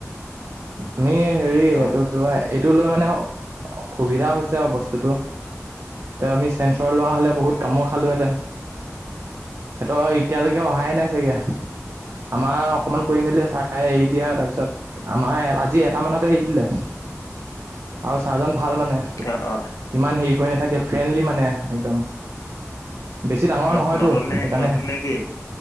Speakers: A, on the right; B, on the left.
A: আমি হেৰি
B: অ',
A: এইটো কি কয় এইটো লৈ মানে অ সুবিধা হৈছে আৰু বস টোতো, তে আমি চেঞ্চৰ লোৱা হ'লে বহুত
B: অ',
A: কামোৰ খালোহেঁতেন। সেইটো এতিয়ালৈকে অহাই নাই চাগে। আমাৰ অকমান কৰি মেলি চাই এৰি দিয়া তাৰপিছত আমাৰ এ আজি এটামানতে এৰি দিলে আৰু ছাৰজন ভাল মানে।
B: অ'-অ'।
A: ইমান হেৰি কৰি নাথাকে, ফ্ৰেণ্ডলি মানে একদম। বেছি ডাঙৰ
B: ন-নতুন
A: নহয়তো
B: নে
A: সেইকাৰণে,
B: নতুন নে কি?